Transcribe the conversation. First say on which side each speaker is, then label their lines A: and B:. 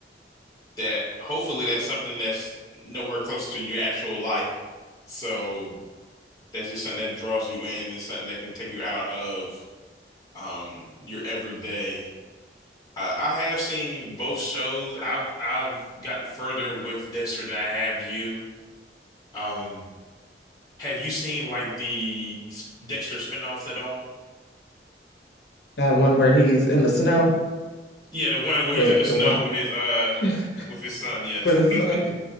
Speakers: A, on the left; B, on the left.
A: that hopefully that's something that's nowhere close to your actual life. So That's just something that draws you in. It's something that can take you out of um your everyday. Uh, I have seen both shows. I've I've gotten further with Dexter than I have you. Um, have you seen like the s- Dexter spinoff at all?
B: That one where he's in the snow,
A: Yeah, the one where
B: the
A: he's in the
B: the
A: snow
B: one
A: with his uh
B: <laughs> with
A: with his son. Yeah.
B: his
A: <laughs>
B: son.